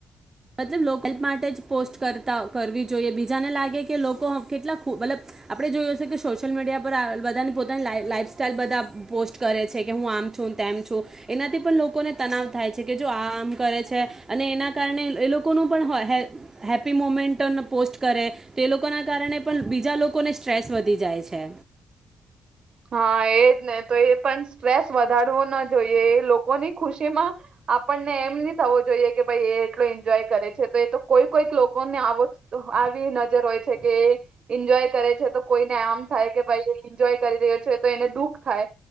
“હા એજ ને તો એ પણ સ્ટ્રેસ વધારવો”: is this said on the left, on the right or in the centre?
Right